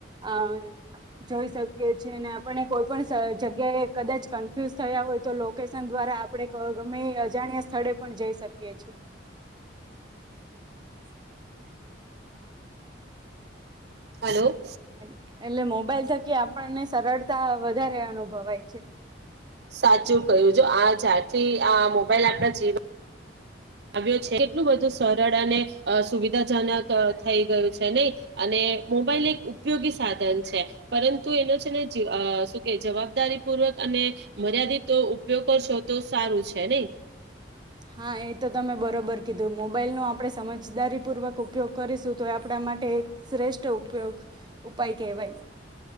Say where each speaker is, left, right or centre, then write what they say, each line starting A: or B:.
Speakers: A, on the right; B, on the right.
A: અ જોઈ શકીએ છેીએ અને આપને કોઈ પણ જગ્યાએ કદાચ કન્ફ્યુઝ થયા હોય તો લોકેશન દ્વારા આપણે ગમે અજાણ્યા સ્થળે પણ જઈ શકીએ છીએ <unintelligible>
B: હલો
A: <unintelligible> એટલે મોબાઈલ થકી આપણને સરળતા વધારે અનુભવાય છે
B: સાચું કહ્યું જો આ જ્યારથી આ મોબાઈલ આપણા જીવન આવ્યો છે કેટલું બધું સરળ અને સુવિધાજનક થઈ ગયું છે નહી અને મોબાઈલ એક ઉપયોગી સાધન છે પરંતુ એનો છે ને શું કે જવાબદારી પૂર્વક અને મર્યાદિત તો ઉપયોગ કરશો તો સારું છે નહી
A: હા એ તો તમે બરોબર કીધું મોબાઈલનો આપણે સમજદારીપૂર્વક ઉપયોગ કરીશું તો એ આપણા માટે એક શ્રેષ્ઠ ઉપયોગ ઉપાય કહેવાય